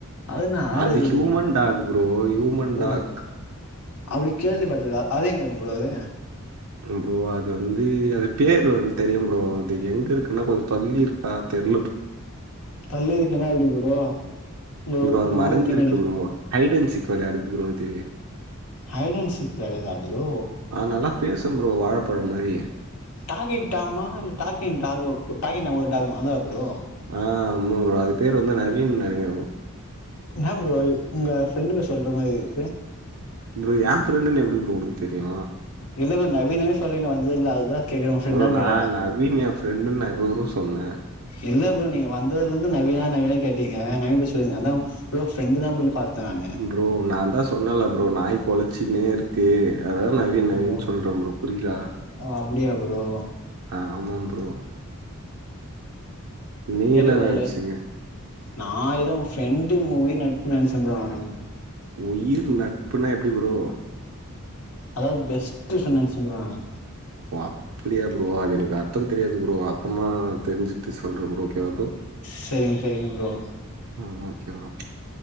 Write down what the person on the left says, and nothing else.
அது என்ன ஆறு
அறிவு
ஓ
அப்டி கேள்விப்பட்டதுல்ல அ அது எங்க இருக்கு ப்ரோ அது
தள்ளி இருக்குன்னா எப்டி ப்ரோ உங்க
உங்க
ஊர் பின்னாடி
ஹைட் அண் சிக் விளையாடுத்தா ப்ரோ
டாக்கிக் டாம்மா இல்ல டாக்கிங் டாக்கா டாக்கின் <unintelligible> அதுவா ப்ரோ
என்னா ப்ரோ உங்க ப்ரெண்டு பேர் சொல்ற மாரி இருக்கு
இல்லல்ல நவீனு சொல்லின்னு வந்துதுல்ல அதுதா கேக்குறே உங்க ஃப்ரெண்டான்னு
கேக்குறே
இல்ல ப்ரோ நீங்க வந்ததுல இருந்து நவீனா நவீனா கேட்டீங்க நவீன் பேர் சொல்லீங்க அதா <unintelligible> ஃப்ரெண்டு தானு போலி பாத்த நானு
ஓ
ஓ அப்டியா ப்ரோ
இதே
வளை
நா ஏதோ உங்க ஃப்ரெண்டு உயிர் நட்புன்னு நெனச்ச ப்ரோ நானு
அதாவது பெஸ்ட்டு பிரண்ட்டுனு <unintelligible>
செரிங் செரிங்க ப்ரோ